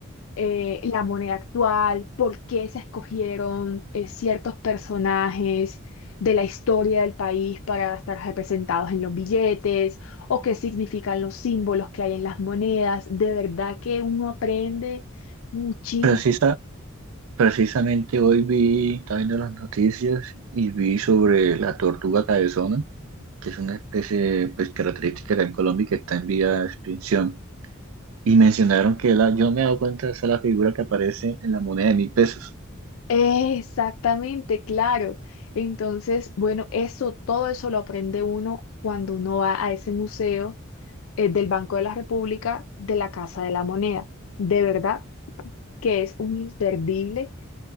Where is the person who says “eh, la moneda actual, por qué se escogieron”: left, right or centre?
Left